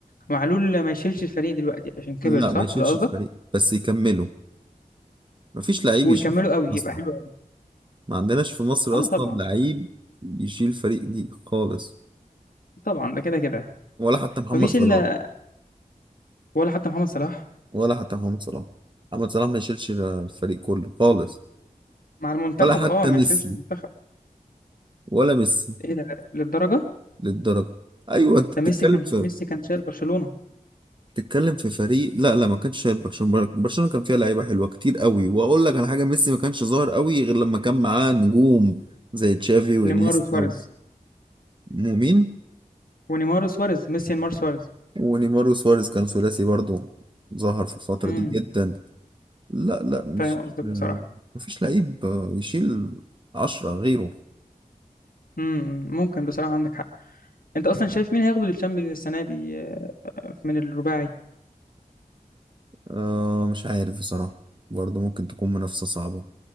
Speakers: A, on the left (about 75°); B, on the right (about 35°).
A: معلول ما يشيلش الفريق دلوقتي عشان كبر
B: لا
A: صح
B: ما يشيلش
A: ده قصدك
B: الفريق بس يكمله مفيش لعيب
A: ويكملوا
B: يشيل فريق
A: قوي
B: اصلا
A: يبقى حلو قوي
B: ما عندناش في مصر
A: اه
B: اصلا
A: طبعا
B: لعيب يشيل فريق دي خالص
A: طبعا ده كده كده
B: ولا حتى محمد
A: مفيش
B: صلاح
A: الا ولا حتى محمد صلاح
B: ولا حتى محمد صلاح محمد صلاح ما يشيلش الفريق كله خالص
A: مع المنتخب
B: ولا حتى
A: اه ما
B: ميسي
A: يشيلش المنتخب
B: ولا ميسي
A: ايه ده للدرجه
B: للدرجة ايوه انت
A: ده
B: بتتكلم
A: ميسي كان
B: في
A: ميسي كان شايل برشلونه
B: بتتكلم في فريق لا لا ما كانش شايل برشلونة برشلونة كان فيها لعيبة حلوة كتير قوي واقول لك على حاجة ميسي ما كانش ظاهر قوي غير لما كان معاه نجوم زي تشافي وانيستا
A: نيمار وسواريز
B: و- ومين
A: ونيمار وسواريز ميسي نيمار سواريز
B: ونيمار وسواريز كان ثلاثي برضو ظهر في الفترة
A: امم
B: دي جدا لا لا مش
A: فاهم قصدك بصراحه
B: آه، مفيش لعيب آه، يشيل عشرة غيره
A: امم ممكن بصراحه عندك حق انت اصلا شايف مين هياخد الشامبيونز السنه دي آه، من الرباعي
B: آه، مش عارف بصراحة برضو ممكن تكون منافسة صعبة